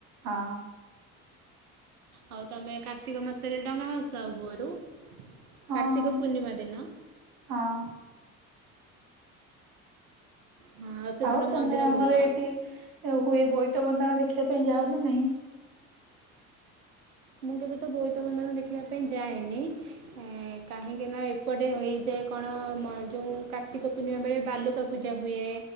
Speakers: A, on the right; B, on the right.
A: ହଁ
B: ଆଉ ତମେ କାର୍ତ୍ତିକ ମାସରେ ଡଙ୍ଗା ଭସା ଭୋଅରୁ
A: ହଁ
B: କାର୍ତ୍ତିକ ପୂର୍ଣ୍ଣିମା ଦିନ
A: ହଁ
B: ହଁ ସେଦିନ
A: ଆଉ ତମେ
B: ମନ୍ଦିର
A: ଆମର
B: ବୁଲ।
A: ଏଇଠି ହୁଏ ବଇ ବୋଇତ ବନ୍ଦାଣ ଦେଖିବା ପାଇଁ ଯାଉ ନା ନାହିଁ।
B: ମୁଁ କେବେ ତ ବୋଇତ ବନ୍ଦନ ଦେଖିବା ପାଇଁ ଯାଏନି ଏ କାହିଁକି ନା ଏପଟେ ହେଇଯାଏ କଣ ଯୋଉ କାର୍ତ୍ତିକ ପୂର୍ଣ୍ଣିମା ବେଳେ ବାଲୁକା ପୂଜା ହୁଏ।